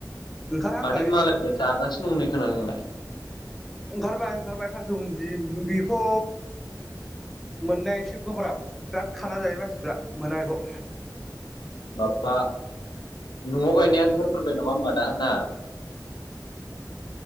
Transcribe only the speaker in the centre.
ओंखारहांबाय
ओंखारबाय-ओंखारबाय थास' बुंदि बेखौ मोननाया एसे गोब्राब बिराद खाना जायो मानसिफ्रा मोना बेखौ